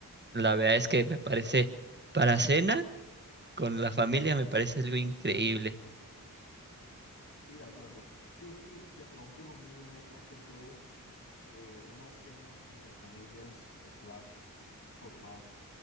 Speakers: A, on the right; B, on the left.
A: la verdad es que me parece para cena con la familia me parece algo increíble.
B: Sí, de acuerdo. Sí, es que de pronto lo mío es más que todo eh, una cena, entre comillas, slash, formal,